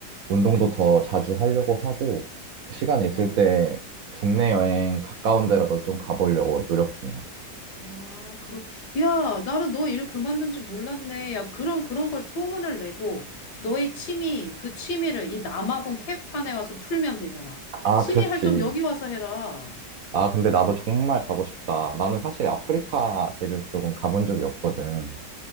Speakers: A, on the right; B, on the left.
A: 운동도 더 자주 하려고 하고, 시간 있을
B: 어.
A: 때 국내 여행 가까운 데라도 좀 가보려고 노력 중이야.
B: 아, 그렇. 야, 나는 너 일 그만둔 지 몰랐네. 야, 그런 그런 걸 소문을 내고 너의 취미인 그 취미를 이 남아공 캡탄에 와서 풀면 되잖아.
A: 아,
B: 취미
A: 그렇지.
B: 활동 여기 와서 해라.
A: 아, 근데 나도 정말 가고 싶다. 나는 사실 아프리카 대륙 쪽은 가본 적이 없거든.